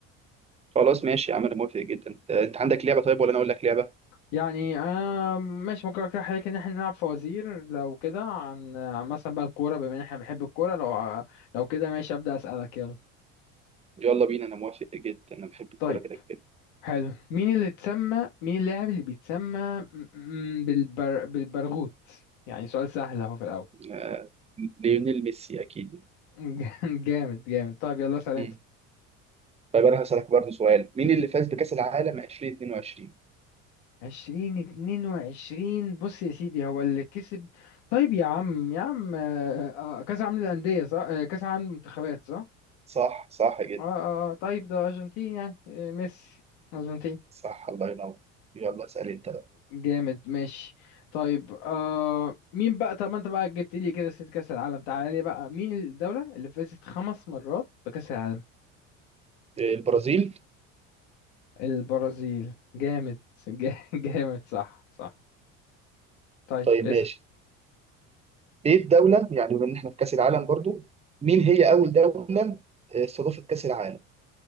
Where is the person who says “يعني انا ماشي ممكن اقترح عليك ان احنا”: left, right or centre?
Left